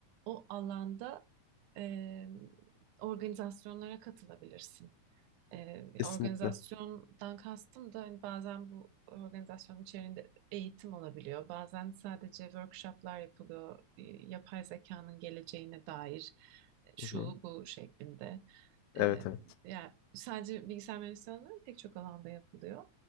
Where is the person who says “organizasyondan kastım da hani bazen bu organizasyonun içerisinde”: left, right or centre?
Right